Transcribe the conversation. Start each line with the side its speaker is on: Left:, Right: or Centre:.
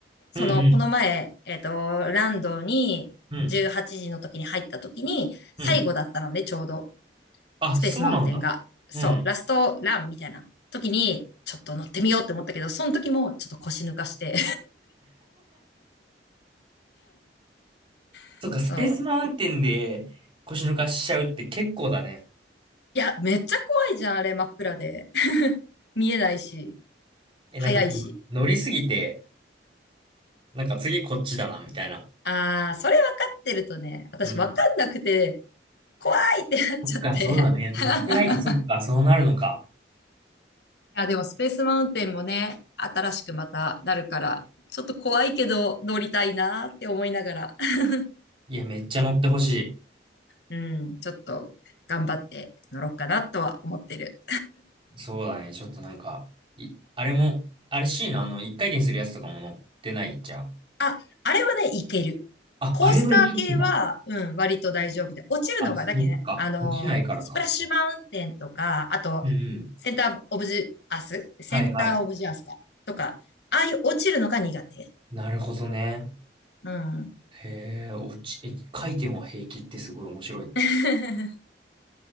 Left: その、
Right: うんうん。
Left: この前、えっと、ランドに18時の時に入った時に、
Right: うん。うん。
Left: 最後だったので、ちょうど、
Right: あ、
Left: スペースマウンテンが。
Right: そうなんだ。
Left: そう、
Right: うん。
Left: ラストランみたいな時に、ちょっと乗ってみようって思ったけど、その時もちょっと腰抜かして。<laughs>
Right: そっか、スペースマウンテンで腰抜かしちゃうって結構だね。
Left: そう。いや、めっちゃ怖いじゃん、あれ、真っ暗で。<laughs> 見えないし、
Right: え、
Left: 早いし。
Right: なんかもう乗りすぎて、なんか次こっちだな、みたいな。
Left: ああ、それ分かってるとね、私分かんなくて、
Right: うん。
Left: 怖いってなっちゃって。
Right: そっか、そうだね。
Left: <laughs>
Right: 乗ってないと、そっか、そうなるのか。
Left: や、でもスペースマウンテンもね、新しくまたなるから、ちょっと怖いけど乗りたいなって思いながら、<laughs>
Right: いや、めっちゃ乗ってほし
Left: うん、ちょっと頑張って乗ろうかなとは思ってる。
Right: い。そうだね。ちょっとなんか、い、あれも、あれ C のあの、一回転するやつとかも乗ってないじゃん。
Left: あ、あれはね、いける。
Right: あ、
Left: コースター系は、
Right: あれはいけるんだ。
Left: うん、割と大丈夫で、落ちるのが、
Right: あ、そっか。
Left: だけどね、あのー、
Right: 落ちないからか。
Left: スプラッシュマウンテンとか、あと、
Right: うんうん。
Left: センターオブジアスセンターオブジアスかとか、
Right: はいはい。
Left: ああいう落ちるのが苦手。
Right: なるほどね。
Left: うん。
Right: へえ、落ち、一回転は平気ってすごい面白いの。
Left: <laughs>